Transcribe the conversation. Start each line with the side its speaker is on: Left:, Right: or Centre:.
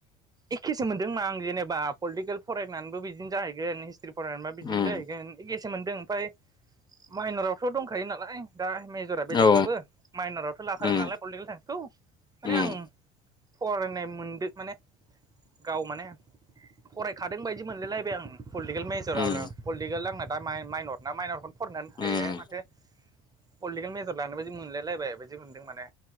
Right: एखेसो मोनदोंमा आं जेनेबा पलिटिकेल फरायनानैबो बिदिनो जाहैगोन हिस्ट्रि फरायनानैबो बिदिनो
Left: उम
Right: जाहैगोन एखेसो मोनदों ओमफ्राय माइनरावथ' दंखायो नालाय दा मेजरा बेलेगबाबो
Left: औ
Right: माइनरावथ' लाखादों
Left: उम
Right: नालाय पलिटिकेल साइन्सखौ माने
Left: उम
Right: आं फरायनाय मोनदों माने गाव माने फरायखादों बायदि मोनलाय लायबाय आं पलिटिकेल मेजरावनो
Left: उम
Right: पलिटिकेल आंना दा माइनर ना माइनरखौनो फरायनानै
Left: उम
Right: माथो पलिटिकेल मेजर लानाय बायदि मोनलाय लायबाय बायदि मोनदों माने